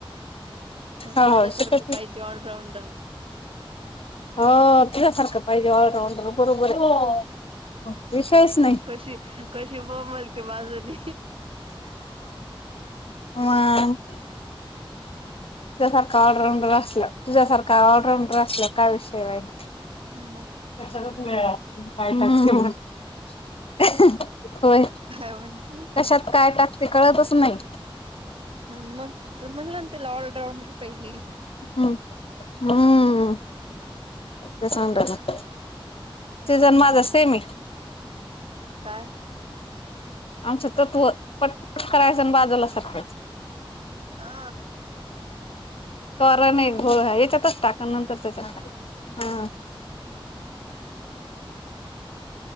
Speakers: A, on the left; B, on the right.
A: हो
B: माझ्यासारखं
A: शिकत
B: पाहिजे ऑलराऊंडर
A: हो तुझ्यासारखं पाहिजेल ऑलराऊंड बरोबरये विषयच नाही
B: कशी कशी बोंबलते बाजूने
A: मंग तुझ्यासारखं ऑलराऊंडर असल तुझ्यासारखं ऑलराऊंडर असल काय विषय राहील.
B: म
A: कशाचाच मेळ ना तु काय टाकशील म्हणून होय
B: काय म्हणते
A: कशात काय टाकते कळतच नाही.
B: मग म्हणल ना तुला ऑलराऊंडर पाहिजे.
A: मंग हम्म ते सग <unintelligible> तीजा
B: हा
A: ना माझा सेम ये.
B: काय?
A: आमचं तत्व पटपट करायचं आणि बाजूला सरकवायच.
B: हा
A: कारण एक घोळ हाय याच्यातच टाका न नंतर त्याच्यात टाका ह ह
B: <inaudible>